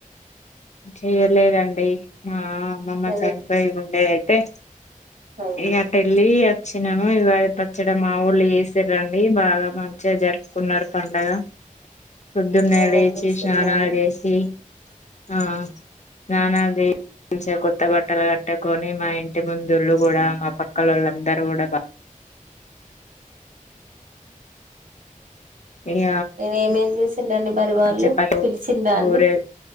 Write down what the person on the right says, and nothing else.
నేను
అయ్యో
మేమేం
చేసిండండి
మీరు ఏమేం చేసిండండి మరి వాళ్ళు
పిలిచిండ్రా
అండి